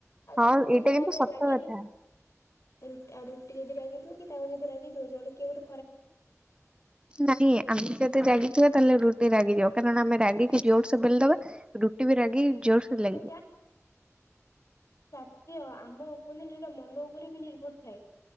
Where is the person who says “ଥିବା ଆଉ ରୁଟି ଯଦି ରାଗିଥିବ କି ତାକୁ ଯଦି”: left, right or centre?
Left